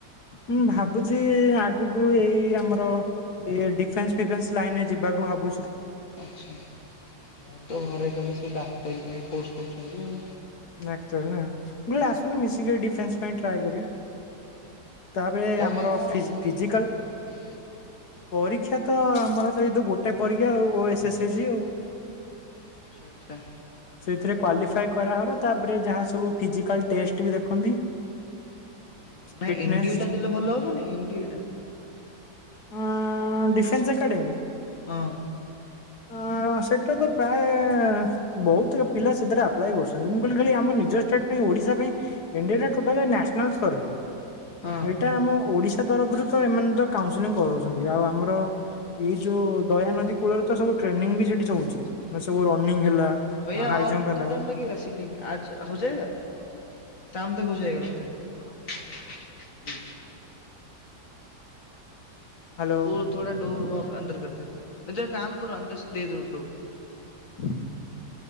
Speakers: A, on the left; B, on the left.
A: ମୁଁ ଭାବୁଚି ଆଗକୁ ଏଇ ଆମର ଇଏ ଡିଫେନ୍ସ ଫିଫେନ୍ସ ଲାଇନରେ ଯିବାକୁ ଭାବୁଛୁତ।
B: ଆଚ୍ଛା ମୋର ତ ଘରେ କାଲି ସେଇ ଡାକ୍ତରୀ ପାଇଁ ଫୋର୍ସ କରୁଛନ୍ତି ଆଉ।
A: ଡାକ୍ତର ନା ମୁଁ କଇଲି ଆସୁନୁ ମିଶିକି ଏଇ ଡିଫେନ୍ସ ପାଇଁ ଟ୍ରାଏ କରିବା। ତାପରେ
B: ତା
A: ଆମର
B: ପାଇଁ କଣ
A: ଫିଜ୍
B: ପରୀକ୍ଷା
A: ଫିଜିକାଲ
B: କଣ ଦେବାକୁ ପଡେ?
A: ପରୀକ୍ଷା ତ ଆମର ସେଇ ତ ଗୋଟେ ପରୀକ୍ଷା ଆଉ ଓ ଏସ୍ ଏସ୍ ଜି ଆଉ।
B: ଆଚ୍ଛା ଆଚ୍ଛା।
A: ସେଇଥିରେ କ୍ଵାଲିଫାଏ କରାହବ ତାପରେ ଯାହା ସବୁ ଫିଜିକାଲ ଟେଷ୍ଟ ବି ଦେଖନ୍ତି।
B: ଓ ନାଇଁ
A: ଫିଟନେସ୍
B: ଏନ୍ ଡି ଏ ଟା ଦେଲେ ଭଲ ହବନି ଏନ୍ ଡି ଏ ଟା।
A: ଅଁ ଡିସେନ୍ସ ଏକଡେମୀ?
B: ହଁ।
A: ଅ ସେଟା ତ ପ୍ରାୟେ ବୋହୁତ ପିଲା ସେଥିରେ ଆପ୍ଲାଏ କରୁଛନ୍ତି ମୁଁ କହିଲି ଖାଲି ଏ ଆମ ନିଜ ଷ୍ଟେଟ୍ ପାଇଁ ଓଡିଶା ପାଇଁ ଏନ୍ ଡି ଏ ଆ ଟୋଟାଲେ ନାସ୍ ନାଲ୍ ସ୍ତରରେ
B: ହଁ
A: ଏଇଟା ଆମ ଓଡ଼ିଶା ତରଫରୁ ତ ଏମାନେ ତ କାଉନସେଲିଂ
B: ହଁ
A: କରୁଚନ୍ତି ଆଉ ଆମର ଏଇ ଯୋଉ ଦୟା ନଦୀ କୂଳରେ ତ ସବୁ ଟ୍ରେନିଂ ବି ସେଠି ଚ ହୋଉଚି। ମାନେ ସବୁ ରନିଙ୍ଗ ହେଲା।
B: ଭାଇୟା
A: ହାଇ
B: ଅର୍
A: ଜମ୍ପ
B: କ-କ୍ୟା
A: ହେଲା
B: ଟାଇମ ଲାଗେଗା ସିିଲ୍ଲିିଙ୍ଗ ଆଜ୍ ହୋଯାଏଗା ଶାମ ତକ୍ ହୋଇଯାଏଗା ଲଗତା ହେ ଠିକ ହେ ଠ
A: ହ୍ୟାଲୋ
B: ଓ ଥୋଡ଼ା ଡୋର ୱାହାଁପେ ଅନ୍ଦର କରଦେନା ନେହିଁ ତୋ ଏକ କାମ କରୋ ଅନ୍ଦରସେ ଦେଦୋ ଡୋର।
A: ହୁଁ